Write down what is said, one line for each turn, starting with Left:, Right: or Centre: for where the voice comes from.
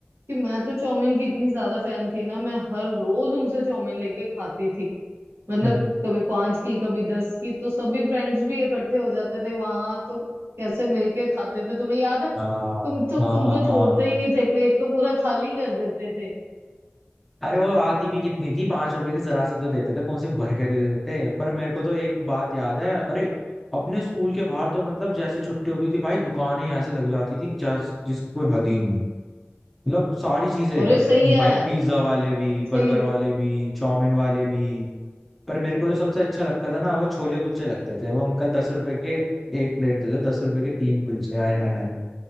Right: कि मैं तो चाउमीन की इतनी ज्यादा फैन थी ना मैं हर रोज उनसे चाउमीन लेके खाती थी मतलब
Centre: <laughs>
Right: कभी पांच की कभी दस की तो सभी फ्रेंड्स भी इकट्ठे हो जाते थे वहां तो कैसे मिलके खाते थे तुम्हें याद है
Centre: हाँ
Right: तुम तो
Centre: हाँ
Right: तुम
Centre: हाँ
Right: तो छोड़ते
Centre: हाँ
Right: ही नहीं थे प्लेट को पूरा खाली कर देते थे
Centre: अरे वो आती भी कितनी थी पांच रुपए की जरा सी तो देते थे कौन से भर के दे देते थे पर मेरे को तो एक बात याद है अरे अपने स्कूल के बाहर तो मतलब जैसे छुट्टी होती थी भाई दुकानें ऐसे लग जाती थी जैसे जिसकी कोई हद ही नहीं मतलब सारी चीजें
Right: अरे सही है
Centre: भाई पिज्जा वाले भी बर्गर
Right: सही
Centre: वाले भी चाउमीन वाले भी पर मेरे को जो सबसे अच्छा लगता था ना वो छोले कुलचे लगते थे वो अंकल दस रुपए के एक प्लेट देते दस रुपए के तीन कुलचे हाय हाय हाय